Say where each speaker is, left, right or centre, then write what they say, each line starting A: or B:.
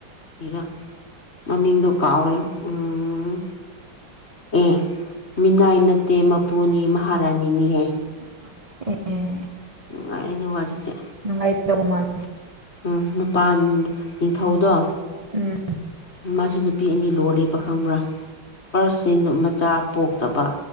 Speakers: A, on the left (about 40°); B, on the right (about 45°).
A: ꯀꯔꯥ ꯃꯃꯤꯡꯗꯣ ꯀꯥꯎꯔꯦ ꯎꯝ ꯑꯦ ꯃꯤꯅꯥꯏ ꯅꯠꯇꯦ ꯃꯄꯨꯅꯤ ꯃꯍꯥꯔꯥꯅꯤꯅꯤꯍꯦ
B: ꯑꯦ
A: ꯅꯨꯡꯉꯥꯏ ꯑ ꯑꯗꯨ ꯋꯥꯔꯤꯁꯦ
B: ꯅꯨꯉꯥꯏꯇꯕ ꯃꯥꯜꯂꯤ
A: ꯎꯝ ꯅꯨꯄꯥ ꯅꯤꯡꯊꯧꯗꯣ
B: ꯎꯝ
A: ꯃꯥꯁꯦ ꯅꯨꯄꯤ ꯑꯅꯤ ꯂꯣꯜꯂꯦꯕ ꯈꯪꯕ꯭ꯔꯥ ꯐꯥꯔꯁꯁꯦ ꯃꯆꯥ ꯄꯣꯛꯇꯕ